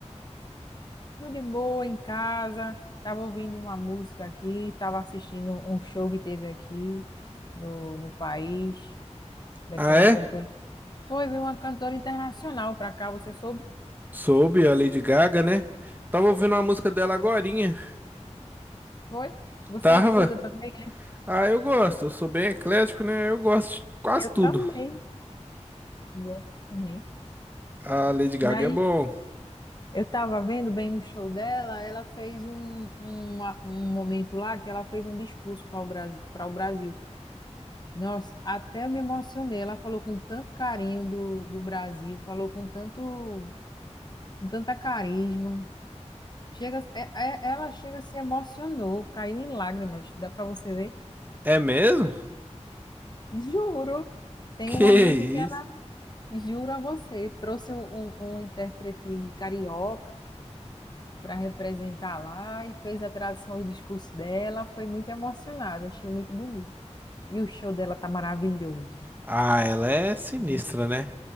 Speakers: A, on the left; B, on the right.
A: Tudo de boa em casa. Tava ouvindo uma música aqui, tava assistindo um show que teve aqui no, no país, daquela
B: Ah, é?
A: cantora. Foi, veio uma cantora internacional pra cá, você soube?
B: Soube a Lady Gaga, né? Tava ouvindo uma música dela
A: Foi.
B: agorinha.
A: Foi? Você
B: Tava?
A: escuta também?
B: Ah, eu gosto. Eu sou bem eclético, né? Eu gosto de quase
A: Eu
B: tudo.
A: também. Gosto também.
B: A Lady Gaga
A: Daí
B: é bom.
A: Eu tava vendo bem no show dela, ela fez um, um, um momento lá que ela fez um discurso para o Brasil, para o Brasil. Nossa, até me emocionei. Ela falou com tanto carinho do, do Brasil, falou com tanto, com tanta carisma. Chega, é- é- ela chega, se emocionou, caiu em lágrimas. Dá para você ver?
B: É mesmo?
A: Juro. Tem
B: Que
A: um momento
B: isso?
A: que ela jura a você, trouxe um, um, um intérprete carioca. para representar lá e fez a tradução do discurso dela. Foi muito emocionada, achei muito bonito. E o show dela tá maravilhoso.
B: Ah, ela é sinistra,
A: maravilhoso.
B: né?